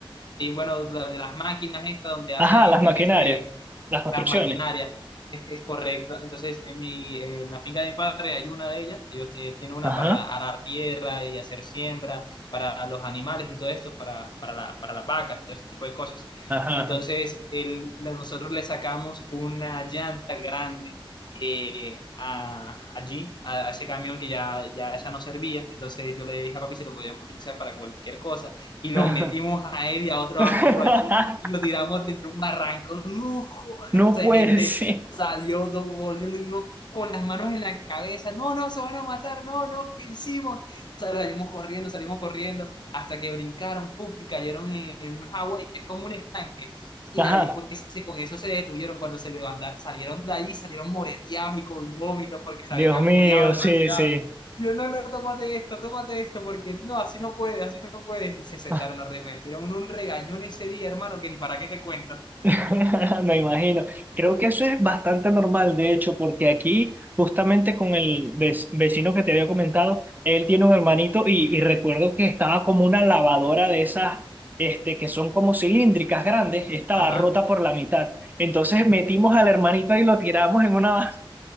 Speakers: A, on the left; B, on the right.
A: Y bueno, la- de las máquinas estas donde hacen
B: Ajá, las maquinarias,
A: este,
B: las construcciones.
A: las maquinarias, es que es correcto. Entonces, en mi, eh, en la finca de mi padre hay una de ellas, ellos tie- tienen una
B: Ajá,
A: para arar tierra y hacer siembra para los animales y todo esto, para, para la- para las vacas y todo este tipo de cosas.
B: ajá.
A: Entonces, el- nosotros le sacamos una llanta grande eh, a, allí, a, a ese camión que ya, ya, esa no servía. Entonces yo le dije a papi si lo podíamos utilizar para cualquier cosa. Y lo
B: ajá.
A: metimos
B: <laughs>
A: a él y a otro
B: <laughs>
A: amigo allí y lo tiramos desde un barranco. ¡No!
B: No
A: de
B: puede
A: gente
B: ser.
A: salió do- volviendo y uno con las manos en la cabeza, no, no, se van a matar, no, no, ¿qué hicimos? Salimos corriendo, salimos corriendo, hasta que brincaron, puff, y cayeron en, en un agua y que es como un estanque. Y
B: Ajá,
A: ahí fue que se- con eso se detuvieron cuando se levantaron, salieron de ahí, salieron moreteados y con vómitos porque se
B: Dios
A: habían
B: mío,
A: mareado demasiado.
B: sí, sí.
A: Yo, no, no, tómate esto, tómate esto, porque no, así no puedes, así no puedes. Y se sentaron
B: Ah,
A: a remedio. Hicieron un regañón ese día, hermano, que ni para qué te cuento.
B: <laughs> Me imagino. Creo que eso es bastante normal, de hecho, porque aquí, justamente con el vec- vecino que te había comentado, él tiene un hermanito y, y recuerdo que estaba como una lavadora de esas, este, que son como cilíndricas grandes, estaba
A: Ajá.
B: rota por la mitad. Entonces metimos al hermanito y lo tiramos en una